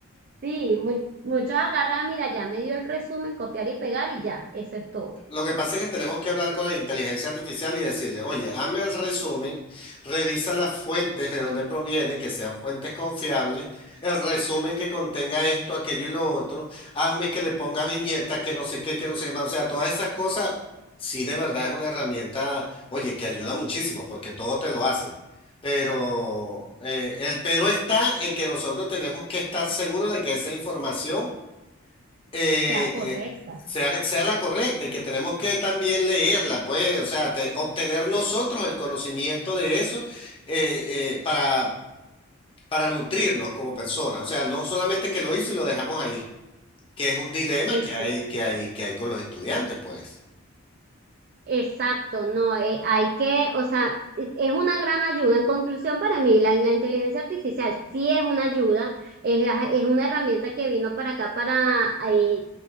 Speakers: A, on the right; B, on the left.
A: sí, mu- muchos agarran, mira, ya me dio el resumen, copiar y pegar y ya, eso es todo. O
B: Lo que pasa es que tenemos que hablar con la inteligencia artificial y decirle, oye, hazme el resumen, revisa las fuentes de dónde provienen, que sean fuentes confiables, el resumen que contenga esto, aquello y lo otro, hazme que le pongas viñetas, que no sé qué, que no sé qué más. O sea, todas esas cosas, sí de verdad es una herramienta, oye, que ayuda muchísimo, porque todo te lo hace. Pero eh, el pero está en que nosotros tenemos que estar seguros de que esa información eh,
A: sea, correcta.
B: eh, sea, sea la correcta y que tenemos que también leerla, pues, o sea, te- obtener nosotros el conocimiento de eso eh, eh, para, para nutrirnos como personas. O sea, no solamente que lo hizo y lo dejamos ahí, que es un dilema
A: Eso.
B: que hay, que hay, que hay con los estudiantes, pues.
A: Exacto, no, eh, hay que, o sea, e- es una gran ayuda. En conclusión, para mí, la, la inteligencia artificial sí es una ayuda, es, es una herramienta que vino para acá para eh,